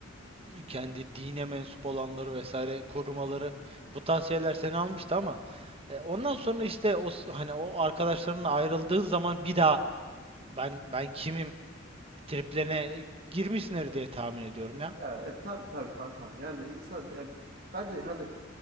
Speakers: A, on the right (about 30°); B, on the right (about 50°).
A: kendi
B: Hı.
A: dine mensup olanları vesaire korumaları bu tavsiyeler seni almıştı ama e, ondan sonra işte o s- hani o arkadaşlarınla ayrıldığın zaman bir daha ben ben kimim triplerine girmişsindir diye tahmin ediyorum ya.
B: Ya e, tabii tabii kankam. Yani insan e, bence hani